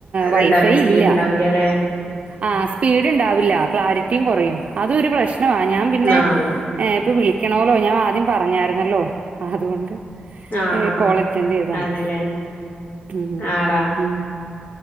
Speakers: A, on the right (about 40°); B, on the left (about 65°).
A: വൈഫൈ
B: ഇത്ണ്ടാവില്ല സ്പീഡ്
A: ഇല്ല
B: ഉണ്ടാവില്ല അല്ലെ
A: ആ സ്പീഡ് ഉണ്ടാവില്ല ക്ലാരിറ്റി- റ്റിയും കുറയും അതൊരു പ്രശ്നം ഞാൻ പിന്നെ
B: ആഹ്
A: ഇപ്പൊ വിളിക്കണമല്ലോ ഞാൻ ആദ്യം പറഞ്ഞായിരുന്നു അല്ലോ അതുകൊണ്ട്
B: ആഹ് ആഹ്
A: കോൾ അറ്റൻഡ് ചെയ്താണ്
B: അതെല്ലേ
A: ഉം
B: ആടാ
A: ഉം